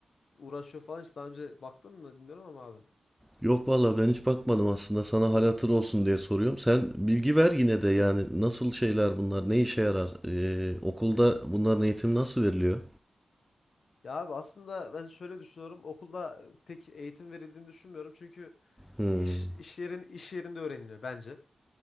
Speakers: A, on the left; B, in the centre.
A: uğraşıyor falan hiç daha önce baktın mı bilmiyorum ama abi.
B: Yok vallahi ben hiç bakmadım aslında. Sana hal hatır olsun diye soruyorum. Sen bilgi ver yine de yani nasıl şeyler bunlar? Ne işe yarar? E, okulda bunların eğitimi nasıl veriliyor?
A: Ya abi aslında ben şöyle düşünüyorum. Okulda pek eğitim verildiğini düşünmüyorum. Çünkü
B: Hmm,
A: iş iş yerin iş yerinde öğreniliyor bence.